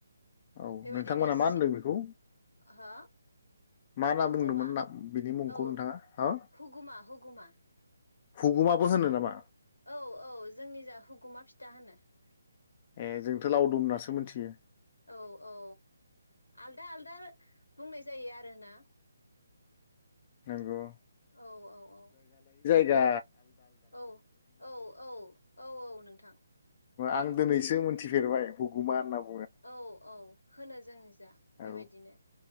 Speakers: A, on the left; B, on the left.
A: औ
B: बेबायदिनो
A: नोंथांमोना मा
B: सि
A: होनदों बेखौ
B: हो
A: मा ना
B: हुगुमा
A: बुंदोंमोन ना बिनि मुंखौ
B: औ
A: नोंथाङा हो?
B: हुगुमा हुगुमा
A: हुगुमाबो होनो नामा?
B: औ औ जोंनि जा हुगुमा फिथा होनो ।
A: ए जोंथ लावदुम होननासो मोनथियो
B: औ औ आलदा आलदा बुंनाय जायो आरोना
A: नंगौ।
B: औ औ औ
A: जा
B: औ औ औ औ औ नों थां
A: आं दिनैसो मिथिफेरबाय हुगुमा होनना बु
B: औ औ होनो जों
A: औ
B: बेबायदिनो